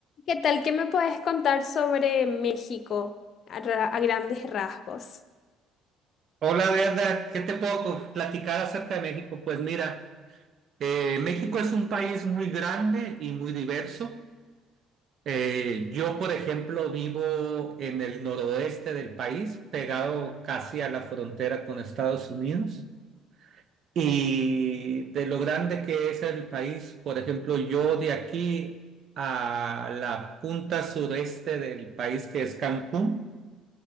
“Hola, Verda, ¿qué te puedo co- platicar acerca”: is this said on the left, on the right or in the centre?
Right